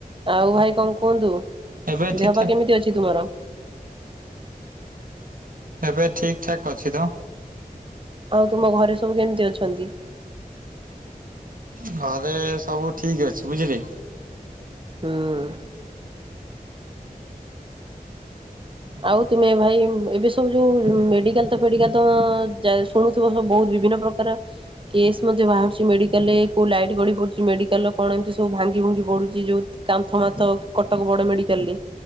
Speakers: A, on the right (about 35°); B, on the right (about 65°).
A: ଆଉ ଭାଇ କଣ କୁହନ୍ତୁ?
B: ଏବେ
A: ଦେହ
B: ଠିକ ଠାକ
A: ପା କେମିତି ଅଛି ତୁମର?
B: ଏବେ ଠିକ ଠାକ୍ ଅଛି ତ।
A: ଆଉ ତୁମ ଘରେ ସବୁ କେମିତି ଅଛନ୍ତି?
B: ଘରେ ସବୁ ଠିକ ଅଛି ବୁଝିଲେ।
A: ହୁଁ। ଆଉ ତୁମେ ଭାଇ ଏବେ ସବୁ ଯୋଉ ମେଡିକାଲ ତ ଫେଡିକାଲ ତ ଅ ଯା ଶୁଣୁଥିବ ସବୁ ବହୁତ ବିଭିନ୍ନ ପ୍ରକାର କେସ୍ ମଧ୍ୟ ବାହାରୁଛି ମେଡିକାଲରେ କୋଉ ଲାଇଟ୍ ଗଡି ପଡୁଛି ମେଡିକାଲ କଣ ଏମିତି ସବୁ ଭାଙ୍ଗି ଭୁଙ୍ଗି ପଡୁଚି ଯୋଉ କାନ୍ଥ ମାନ୍ଥ କଟକ ବଡ ମେଡିକାଲରେ